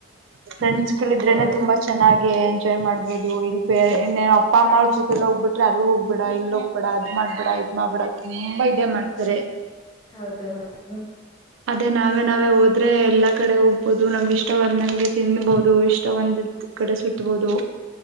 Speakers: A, on the right (about 70°); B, on the left (about 20°).
A: ಫ್ರೆಂಡ್ಸ್
B: ಹ್ಮ್
A: ಇದ್ರೇನೆ
B: ಹೌದು
A: ತುಂಬಾ ಚೆನ್ನ ಹಾಗೆ ಎಂಜಾಯ್ ಮಾಡ್ಬೋುದು ಇಲ್ ಇನ್ನೇ ಅಪ್ಪ ಅಮ್ಮ ಅವ್ರ ಜೊತೆಲ್ಲ ಹೋಗ್ಬಿಟ್ರೆ ಅಲ್ ಹೋಗ್ಬೇಡ ಇ ಹೋಗ್ಬೇಡ ಅದ್ ಮಾಡ್ಬೇಡ ಇದ್ ಮಾಡ್ಬೇಡ ತುಂಬಾ ಇದೇ ಮಾಡ್ತಾರೆ
B: ಹೌದು ಹೌದು
A: ಅದೇ ನಾವೇ ನಾವೇ ಹೋದ್ರೆ ಎಲ್ಲಾ ಕಡೆ ಹೋಗ್ಬಹದು ನಮ್ಗೆ ಇಷ್ಟ ಒಂದಂಗೆ ತಿನ್ಬಹದು ಇಷ್ಟ ಒಂದ್ ಕಡೆ ಸುತ್ತಬಹುದು